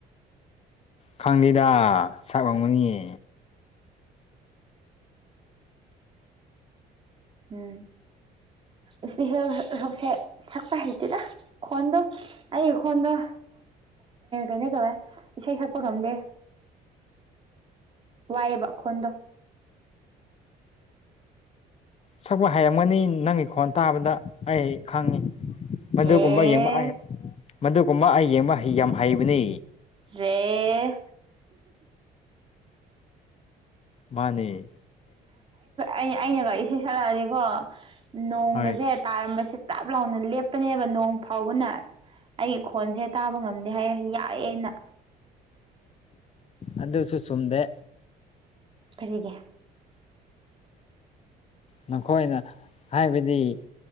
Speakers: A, on the left; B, on the right.
A: ꯈꯪꯗꯦꯗ ꯁꯛ ꯉꯪꯒꯅꯤꯌꯦ
B: ꯎꯝ ꯏꯁꯄꯤꯦꯜ ꯁꯣꯁꯦ ꯁꯛꯛꯇ ꯍꯩꯇꯦꯗ ꯈꯣꯟꯗ ꯑꯩ ꯏꯈꯣꯟꯗ ꯀꯩꯅꯣ ꯇꯧꯋꯦ ꯏꯁꯩ ꯁꯛꯄ ꯉꯝꯗꯦ ꯋꯥꯏꯑꯦꯕ ꯈꯣꯟꯗꯣ
A: ꯁꯛꯄ ꯍꯥꯏꯩꯔꯝꯒꯅꯤ ꯅꯪꯒꯤ ꯈꯣꯟ ꯇꯥꯕꯗ ꯑꯩ ꯈꯪꯉꯤ ꯃꯗꯨꯒꯨꯝꯕ
B: ꯑꯦ
A: ꯌꯦꯡꯕ ꯑꯩ ꯃꯗꯨꯒꯨꯝꯕ ꯑꯩ ꯌꯦꯡꯕ ꯌꯥꯝ ꯍꯩꯕꯅꯤ
B: ꯔꯦ
A: ꯃꯥꯅꯦ
B: ꯑꯩꯅꯒ ꯏꯁꯩ ꯁꯛꯂꯛꯑꯗꯤꯀꯣ ꯅꯣꯡꯒꯁꯦ
A: ꯍꯣꯏ
B: ꯇꯥꯔꯝꯕꯁꯦ ꯆꯞ ꯂꯥꯎꯅ ꯂꯦꯞꯄꯅꯦꯕ ꯅꯣꯡ ꯐꯥꯎꯕꯅ ꯑꯩꯒꯤ ꯈꯣꯟꯁꯦ ꯇꯥꯕ ꯉꯝꯗꯦ ꯍꯥꯏꯌꯦ ꯌꯥꯏꯑꯦꯅ
A: ꯑꯗꯨꯗꯁꯨ ꯆꯨꯝꯗꯦ
B: ꯐꯔꯤꯒꯦ
A: ꯅꯈꯣꯏꯅ ꯍꯥꯏꯕꯗꯤ